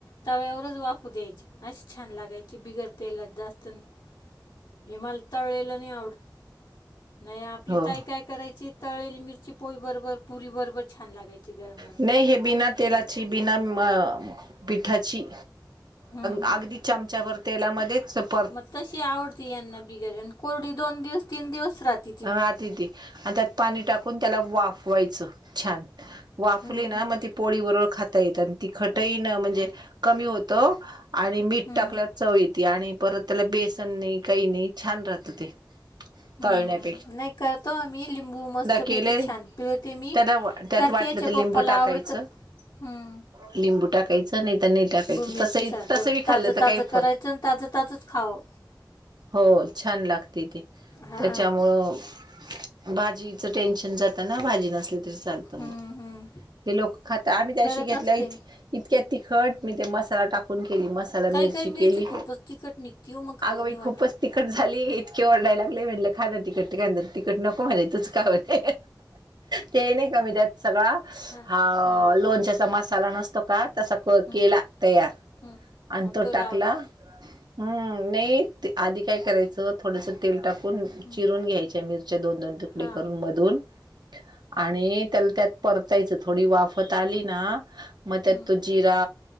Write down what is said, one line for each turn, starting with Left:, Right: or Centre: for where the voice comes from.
Left: तव्यावरच वाफू द्यायचे असे छान लागायचे. ते बिगर तेलात जास्त नाही हे मला तळल्याल नाही आवडत. नाही आपली
Right: हो
Left: ताई काय करायची तळलेली मिरची पोळीबरोबर पुरी बरोबर छान लागायची गरम गरम
Right: नाही हे बीना तेलाची बिना म पिठाची
Left: हम्म हम्म.
Right: अगदी चमचाभर तेलामध्ये चप
Left: मग तशी आवडती यांना बिगर आणि कोरडी दोन दिवस तीन दिवस राहती
Right: आ आत इथी त्यात पाणी टाकून त्याला वाफवायचं छान वाफली
Left: हम्म.
Right: ना मग ती पोळी बरोबर खाता येत आणि तिखट ही ना म्हणजे कमी होतं आणि मीठ
Left: हम्म
Right: टाकल्यावर चव येते आणि परत त्याला बेसन नाही काही नाही छान राहत ते
Left: हम्म
Right: तळण्यात
Left: नाही करतो आम्ही लिंबू मस्तपैकी
Right: केले
Left: छान पिळते मी
Right: त्याला त्यात
Left: करते
Right: वाटलं
Left: याच्या
Right: तर
Left: पप्पाला
Right: लिंबू टाकायचं
Left: आवड त ह्म्म!
Right: लिंबू टाकाय च नाही तर नाही टाकायचं
Left: मिरची
Right: तसं
Left: सारखं
Right: तसं बी
Left: ताजं
Right: खाल्लं तर
Left: ताजं
Right: काही
Left: करायचं
Right: फो
Left: आणि ताजं ताजंच खावं
Right: हो छान लागते ते.
Left: हा.
Right: त्यामुळ भाजीच टेन्शन जाताना भाजी नसली चालत मग
Left: हम्म हम्म
Right: हे लोक खात आम्ही त्या
Left: करत
Right: दिवशी घेतल्या
Left: असते
Right: इथ
Left: मी
Right: इतक्या तिखट मी ते मसाला टाकून केली मसा ला
Left: काही
Right: मिरची
Left: काही
Right: केली
Left: खूपच तिखट निघती हो मग खाऊ
Right: अगं
Left: नाही
Right: बाई
Left: वाटत
Right: खूपच तिखट झाली इतके ओरडायला लागले म्हण्टलं तिखट काय तिखट नको म्हणले तूच खा म्हणते ते नाही का मी त्यात सगळा.
Left: हां
Right: अहो
Left: हां
Right: लोणच्याचा मसाला नसतो का तसा को
Left: हं,
Right: केला तयार.
Left: हं.
Right: आण
Left: आणि
Right: तो
Left: लावला
Right: टाकला हम्म नाही ते आधी काय करायचं थोडस तेल टाकून
Left: हं,
Right: चिरून घ्यायच्या मिरच्या दोन दोन तुकडे
Left: हां
Right: करून मधून आणि त्याला त्यात परतायचं थोडी वाफत आली ना म त्यात
Left: हं,
Right: जिरा